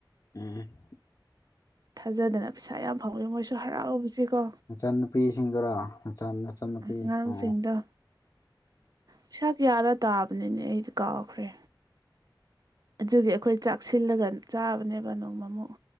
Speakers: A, on the left; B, on the right.
A: ꯎꯝ
B: ꯊꯥꯖꯗꯅ ꯄꯩꯁꯥ ꯌꯥꯝ ꯐꯪꯋꯦ ꯃꯣꯏꯁꯨ ꯍꯔꯥꯎꯔꯨꯕꯁꯤ ꯀꯣ
A: ꯃꯆꯟꯅꯨꯄꯤꯁꯤꯡꯗꯨꯔ ꯃꯆꯟꯅꯨꯄꯤ
B: ꯑꯉꯥꯡꯁꯤꯡꯗꯣ
A: ꯎ
B: ꯄꯩꯁꯥ ꯀꯌꯥꯅ ꯇꯥꯕꯅꯤꯅꯦ ꯑꯩꯗꯤ ꯀꯥꯎꯈ꯭ꯔꯦ ꯑꯗꯨꯒꯤ ꯑꯩꯈꯣꯏ ꯆꯥꯛꯁꯤꯜꯂꯒ ꯆꯥꯕꯅꯦꯕ ꯅꯣꯡꯃ ꯑꯃꯨꯛ